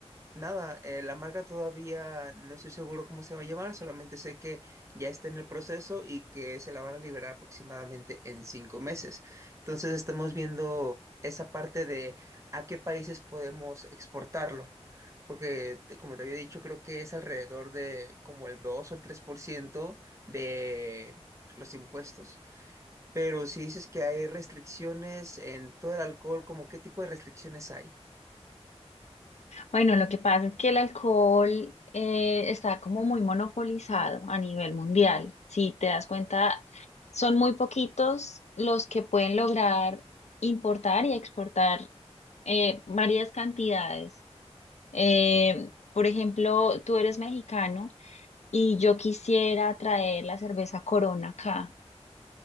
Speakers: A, on the right; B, on the left.
A: nada, eh, la marca todavía no estoy seguro cómo se va a llamar, solamente sé que ya está en el proceso y que se la van a liberar aproximadamente en cinco meses. Entonces estamos viendo esa parte de a qué países podemos exportarlo porque te- como te había dicho, creo que es alrededor de como el 2 o el 3% de los impuestos. Pero si dices que hay restricciones en todo el alcohol, ¿como qué tipo de restricciones hay?
B: Bueno, lo que pasa es que el alcohol eh, está como muy monopolizado a nivel mundial. Si te das cuenta, son muy poquitos los que pueden lograr importar y exportar eh, varias cantidades. Eh, por ejemplo, tú eres mexicano y yo quisiera traer la cerveza Corona acá.